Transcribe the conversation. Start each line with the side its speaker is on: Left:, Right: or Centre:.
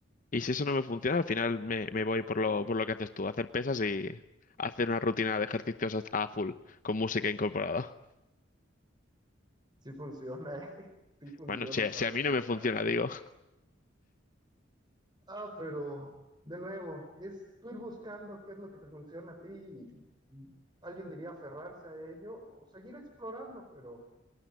Left: Y si eso no me funciona, al final me, me voy por lo, por lo que haces tú, hacer pesas y hacer una rutina de ejercicios a a full, con música incorporada. <laughs>
Right: sí funciona, <laughs> ¿eh? Sí funciona
Left: Bueno, si,
Right: para
Left: si a
Right: despejarse.
Left: mí no me funciona, digo,
Right: Ah, pero de nuevo, es tú ir buscando qué es lo que te funciona a ti y, y alguien diría aferrarse a ello o seguir explorando, pero